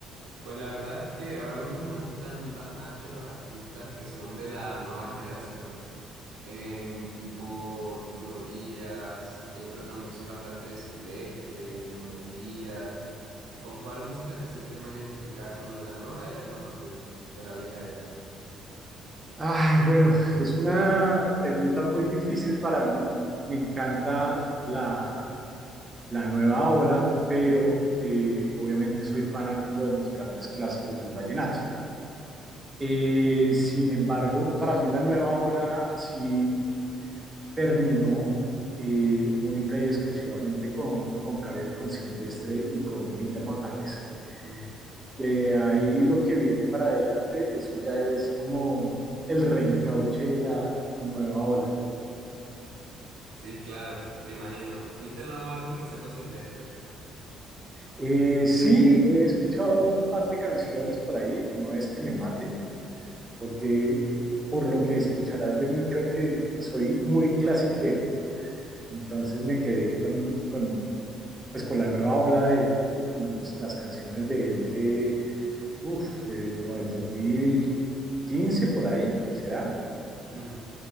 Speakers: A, on the right (about 75°); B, on the right (about 20°).
A: Pues la verdad es que ahora mismo me gustan bastante los artistas que son de la nueva generación, em, tipo Churo Díaz, eh, pero también soy bastante de Silvestre, Diomedes Díaz. ¿Con cuál música te sientes más identificada? ¿Con los de la nueva era o con los de de la vieja era?
B: Ay, bueno, es una pregunta muy difícil para mí. Me encanta la, la nueva ola, pero eh, obviamente soy fanático de los grandes clásicos del vallenato. Eh, sin embargo, para mí la nueva ola sí terminó eh, única y exclusivamente con, con Caret, con Silvestre y con Peter Manjarres.
A: Mm.
B: De ahí lo que viene para adelante, eso ya es como el reencauche de la nueva ola.
A: Sí, claro, me imagino. ¿Viste el nuevo álbum que sacó Silvestre?
B: Eh, sí, he escuchado un par de canciones por ahí, no es que me mate, porque por lo que escucharás de mí, creo que soy muy clasiquero, entonces me quedé con, con, pues, con la nueva ola de, y los, las canciones de él de Uf, de como del dos mil quince por ahí, ¿será?
A: Mm.